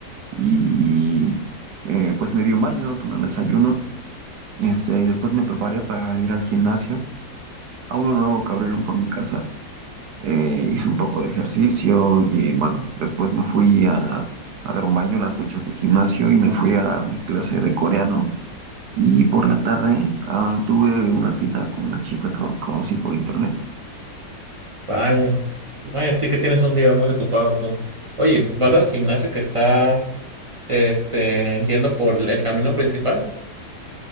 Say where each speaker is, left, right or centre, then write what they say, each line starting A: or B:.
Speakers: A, on the right (about 70°); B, on the right (about 35°).
A: y eh, pues me di un baño, tomé un desayuno. Este, y después me preparé para ir al gimnasio, a uno nuevo que abrieron por mi casa. eh, hice un poco de ejercicio y bueno, después me fui a, a dar un baño en las duchas del gimnasio y me fui a mi clase de coreano. Y por la tarde ah, tuve una cita con una chica que conocí por internet.
B: Vaya, vaya, sí que tienes un día muy ocupado tú. Oye, ¿vas al gimnasio que está, este, yendo por el camino principal?